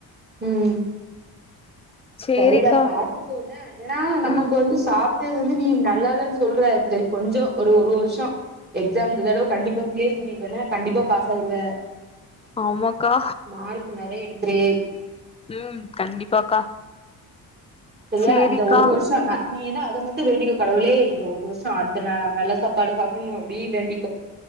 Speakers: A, on the right; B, on the left.
A: ம்
B: சேரிக்கா
A: சரிடா பாத்துக்கோன்ன ஏன்னா நமக்கு
B: ம்
A: வந்து சாப் அது வந்து நீ நல்லா இல்லன்னு சொல்ற சரி கொஞ்ச ஒரு ஒரு வருஷம் எக்ஸாம் இந்த தடவ கண்டிப்பா கிளியர் பண்ணிருவேன்ன கண்டிப்பா பாஸ் ஆயிருவ
B: ஆமாக்கா
A: மார்க் நெறைய எடுத்துரு
B: ம் கண்டிப்பாக்கா
A: சரியா
B: சேரிக்கா
A: இந்த ஒரு வருஷம் நீதா அத மட்டும் வேண்டிக்க கடவுளே இந்த ஒரு வருஷம் அடுத்த நா நல்லா சாப்பாடு சாப்டணும் அப்டி வேண்டி